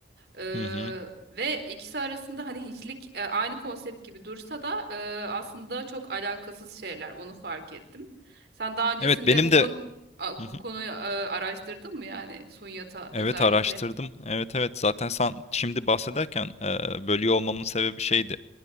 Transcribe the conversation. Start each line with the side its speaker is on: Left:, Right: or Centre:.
Right: E,
Left: Hı hı.
Right: ve ikisi arasında hani hiçlik e, aynı konsept gibi dursa da e, aslında çok alakasız şeyler. Onu fark ettim. Sen daha öncesinde
Left: Evet benim
Right: bu konu
Left: de
Right: a-
Left: Hı
Right: bu
Left: hı.
Right: konuyu e, araştırdın mı yani Sunyata
Left: Evet
Right: özellikle?
Left: araştırdım. Evet evet zaten sen şimdi bahsederken e, bölüyor olmamın sebebi şeydi.